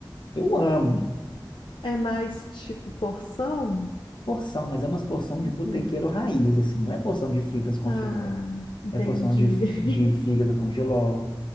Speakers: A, on the left; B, on the left.
A: Eu amo
B: É mais tipo porção?
A: porção, mas é umas porção de
B: Entendi.
A: botequeiro raiz, assim, não é porção de fritas com
B: Ah,
A: filé,
B: entendi.
A: é porção de, f-
B: <laughs>
A: de fígado com jiló,